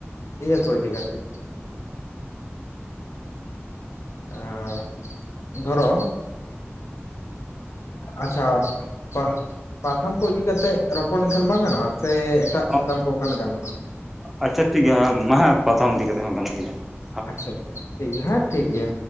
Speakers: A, on the left; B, in the centre.
A: ᱤᱭᱟᱹ ᱠᱚ ᱤᱫᱤ ᱠᱟᱛᱮ ᱮᱸ ᱫᱷᱚᱨᱚ ᱟᱪᱪᱷᱟ ᱛᱚ ᱯᱟᱛᱷᱟᱢ ᱠᱚ ᱤᱫᱤ ᱠᱟᱛᱮᱫ ᱨᱚᱯᱚᱲ ᱞᱮᱱᱠᱷᱟᱱ ᱵᱟᱝ ᱜᱟᱱᱚᱜᱼᱟ ᱥᱮ ᱮᱴᱟᱜ
B: ᱦᱚᱸ
A: ᱥᱟᱛᱟᱢ ᱠᱚ ᱠᱷᱟᱱ ᱜᱟᱱᱚᱜᱼᱟ ᱾
B: ᱟᱪᱪᱷᱟ ᱴᱷᱤᱠ ᱜᱮᱭᱟ ᱱᱟᱦᱟᱜ ᱯᱟᱛᱷᱟ ᱤᱫᱤ ᱠᱟᱛᱮᱫ ᱦᱚᱸ ᱜᱟᱱᱚᱜ ᱜᱮᱭᱟ ᱾
A: ᱟᱪᱪᱷᱟ ᱟᱪᱪᱷᱟ ᱴᱷᱤᱠ ᱜᱮᱭᱟ ᱦᱮᱸ ᱴᱷᱤᱠᱜᱮᱭᱟ